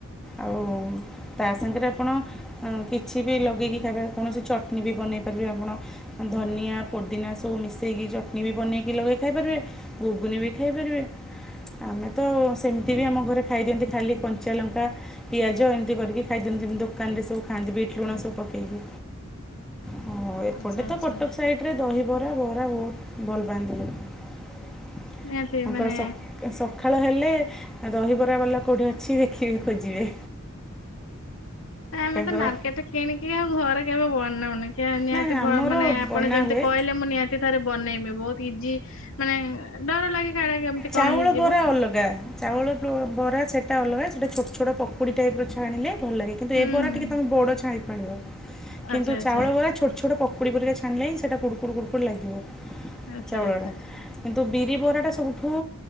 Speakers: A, in the centre; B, on the left.
A: ଆଉ, ତା ସାଙ୍ଗରେ ଆପଣ କିଛି ବି ଲଗେଇକି ଖାଇବା କୌଣସି ଚଟନୀ ବି ବନେଇ ପାରିବେ ଆପଣ ଧନିଆ ପୋଦିନା ସବୁ ମିଶାଇକି ଚଟଣି ବି ବନେଇକି ଲଗେଇ ଖାଇପାରିବେ ଘୁଗୁନି ବି ଖାଇପାରିବେ। ଆମେ ତ ସେମିତି ବି ଆମ ଘରେ ଖାଇଦିଅନ୍ତି ଖାଲି କଞ୍ଚା ଲଙ୍କା, ପିଆଜ ଏମିତି କରିକି ଖାଇ ଯେମିତି ଦୋକାନରେ ସବୁ ଖାଆନ୍ତି ବିଟ୍ ଲୁଣ ସବୁ ପକେଇକି। ହଁ ଏପଟେ
B: ଆଚ୍ଛା ଆଚ୍ଛା
A: ତ କଟକ ସାଇଟ୍ ରେ ଦହି ବରା ବରା ବହୁତ ଭଲ ପାଆନ୍ତି ଲୋକ।
B: ନିହାତି
A: ତାଙ୍କର-ସ-ସକାଳ
B: ମାନେ
A: ହେଲେ ଦହିବରା ବାଲା କୋଉଠି କିଛି ଦେଖିବେ ଖୋଜିବେ
B: ଆମେ
A: ତାଙ୍କର
B: ତ ମାର୍କେଟ କିଣିକି ଆଉ ଘରେ କେବେ ବନ ଉନି। ନିହାତି-ଭ-ମାନେ
A: ନା ନା ଆମର
B: ଆପଣ
A: ବନାହୁଏ
B: ଯେମିତି କହିଲେ ମୁଁ ନିହାତି ଥରେ ବନେଇବି ବହୁତ ଇଜି ମାନେ ଡର ଲାଗେ କାଳେ କେମିତି
A: ଚାଉଳ
B: କଣ ହେଇଯିବ
A: ବରା ଅଲଗା ଚାଉଳ ବରା ସେଟା ଅଲଗା ସେଇଟା ଛୋଟଛୋଟ ପକୁଡ଼ି ଟାଇପ୍ ର ଛାଣିଲେ ଭଲ ଲାଗେ କିନ୍ତୁ
B: ହୁଁ
A: ଏ
B: ହୁଁ।
A: ବରା ଟିକେ ତମେ ବଡ ଛାଣି ପାରିବ କିନ୍ତୁ
B: ଆଚ୍ଛା ଆଚ୍ଛା
A: ଚାଉଳ ବରା ଛୋଟ ଛୋଟ ପ ପକୁଡ଼ି ପରିକା ଛାଣିଲେ ହିଁ ସେଟା କୁଡ଼କୁଡ଼ କୁଡ଼କୁଡ଼ ଲାଗିବ
B: ଆଚ୍ଛା
A: ଚାଉଳଟା
B: ଆଚ୍ଛା
A: କିନ୍ତୁ ବିରି ବରାଟା ସବୁଠୁ